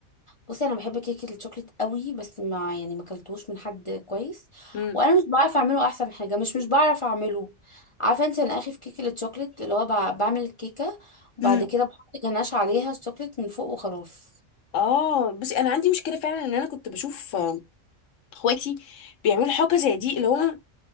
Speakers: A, on the left; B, on the left.
A: بصي انا بحب كيكة الشوكليت قوي بس ما يعني ما اكلتوش من حد كويس
B: امم
A: وانا مش بعرف اعمله احسن حاجة مش مش بعرف اعمله عارفة انت انا اخي في كيكة الشوكليت اللي هو بع- بعمل الكيكة وبعد
B: امم.
A: كده بحط جناش عليها الشوكليت من فوق وخلاص
B: اه بس انا عندي مشكله فعلا ان انا كنت بشوف آه، اخواتي بيعملوا حاجه زي دي اللي هو